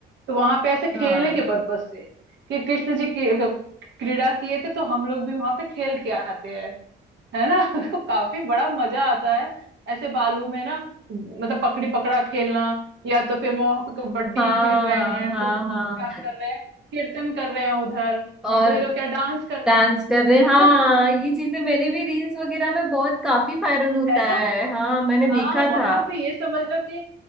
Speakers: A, on the right (about 65°); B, in the centre.
A: तो वहां पे ऐसे
B: हाँ
A: खेलने के पर्पस से कि कृष्ण जी की अ, क्रीड़ा किए थे तो हम लोग भी वहां पे खेल के आते हैं है ना <laughs> तो काफी बड़ा मजा आता है ऐसे बालू में ना मतलब पकड़ी पकड़ा खेलना या तो फिर वहां पे कबड्डी
B: हाँ
A: खेल रहे हैं
B: हाँ
A: क्या
B: हाँ
A: कर रहे हैं कीर्तन कर रहे हैं उधर
B: और
A: और कोई लोग क्या डांस कर रहे
B: डांस
A: हैं
B: कर रहे
A: जिनका
B: हाँ
A: जो
B: ये चीजें मैंने भी रील्स वगैरह में बहुत काफी वायरल होता
A: है ना
B: है हाँ मैंने
A: हाँ
B: देखा
A: वहां
B: था
A: पे ये समझ लो कि